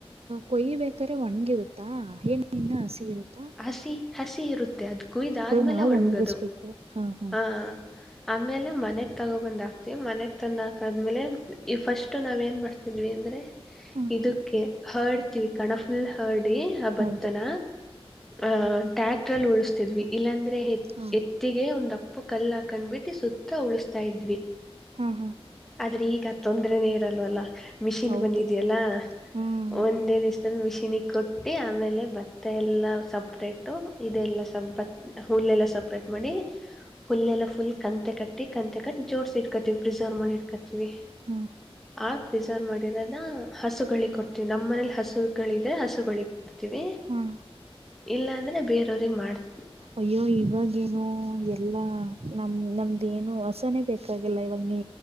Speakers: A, on the right (about 80°); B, in the centre.
A: ಕೊಯಿಬೇಕ್ರೆ ಒಣ್ಗಿರುತ್ತಾ ಏನ್ ನಿನ್ನ ಹಸಿ ಇರುತ್ತಾ
B: ಹಸಿ ಹಸಿ ಇರುತ್ತೆ ಅದ್ ಕುಯ್ದಾದ್ಮೇಲೆ
A: ಏ ನಾವ್
B: ಒಣ್ಗದು
A: ಒಣಗಿಸ್ಬೇಕು ಹಾ ಹಾ
B: ಆ ಆಮೇಲೆ ಮನೆಗೆ ತಗೊಬಂದು ಹಾಕ್ತಿೀವಿ ಮನೆಗೆ ತಂದು ಹಾಕಾದ್ಮೇಲೆ ಈ ಫಸ್ಟು ನಾವ ಏನು ಮಾಡ್ತಿದ್ವಿ ಅಂದರೆ
A: ಹ್ಮ್
B: ಇದಕ್ಕೆ ಹರ್ಡ್ತಿವಿ ಕಣ ಫುಲ್ ಹರ್ಡಿ ಆ ಭತ್ತನ
A: ಹ್ಮ್
B: ಅಹ ಟ್ಯಾಕ್ಟ್ರ ಅಲ್ಲಿ ಉಳಿಸಸ್ತಿದ್ವಿ ಇಲ್ಲಾಂದ್ರೆ
A: ಹ್ಮ್
B: ಎತ್ತಿಗೆ ಒಂದ ಉಪ್ಪು ಕಲ್ಲ ಹಾಕೊಂಡ್ಬಿಟ್ಟು ಸುತ್ತ ಉಳಸ್ತಾ ಇದ್ವಿ
A: ಹಾ ಹಾ
B: ಆದ್ರೆ ಈಗ ತೊಂದ್ರನೇ ಇರಲ್ವಲ್ಲ ಮಿಷಿನ್
A: ಹೌದು
B: ಬಂದಿದೆಯಲ್ಲ
A: ಹ್ಮ್
B: ಒಂದೇದ ಇಷ್ಟ ಮಿಶಿನಿಿಗೆ ಕೊಟ್ಟಿ ಆಮೇಲೆ ಭತ್ತ ಎಲ್ಲ ಸಪ್ರೇಟು ಇದೆಲ್ಲ ಹ ಇಲ್ಲಲ್ಲ ಸಪ್ರೇಟ್ ಮಾಡಿ ಹುಲ್ಲೆಲ್ಲ ಫುಲ್ ಕಂತೆ ಕಟ್ಟಿ ಕಂತೆ ಕಟ್ಟಿ ಜೋಡಸಿ ಇಟ್ಕೋತೀವಿ ಪ್ರಿಸರ್ವ್ ಮಾಡಿ ಇಟ್ಕೋತೀವಿ
A: ಹ್ಮ್
B: ಆ ಪ್ರಿಸರ್ವ್ ಮಾಡಿರೋದ ಹಸುಗಳಿಗೆ ಕೊಡ್ತೀವಿ ನಮ್ಮ ಮನೇಲಿ ಹಸುಗಳಿದ್ರೆ ಹಸುಗಳ ಮಾಡ್ತವಿ
A: ಹ್ಮ್
B: ಇಲ್ಲ ಅಂದ್ರೆ ಬೇರವ್ರಗ್ ಮಾಡ್ತ
A: ಅಯ್ಯೋ ಇವಾಗೇನು ಎಲ್ಲಾ ನಮ ನಮ್ದೇ ಏನು ಹೊಸನೆೇ ಬೇಕಾಗಿಲ್ಲ ಇವಾಗ ನೀ